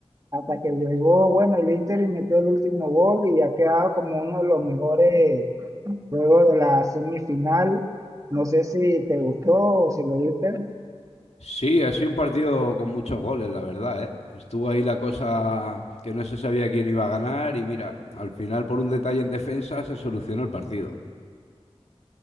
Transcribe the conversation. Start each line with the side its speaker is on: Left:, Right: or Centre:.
Right: hasta que llegó, bueno, el Inter y metió el último gol y ha quedado como uno de los mejores Luego de la semifinal, no sé si te gustó o si lo viste.
Left: Sí, ha sido un partido con muchos goles, la verdad, ¿eh? Estuvo ahí la cosa que no se sabía quién iba a ganar y mira, al final por un detalle en defensa se solucionó el partido.